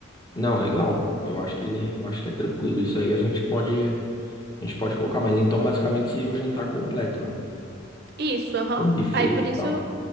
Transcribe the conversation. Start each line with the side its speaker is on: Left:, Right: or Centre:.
Left: Não, legal. Eu acho que eu acho que é tranquilo. Isso aí a gente pode a gente pode colocar, mas então basicamente seria o jantar completo, né?
Right: Isso, aham.
Left: um buffet
Right: Aí por
Left: e
Right: isso
Left: tal.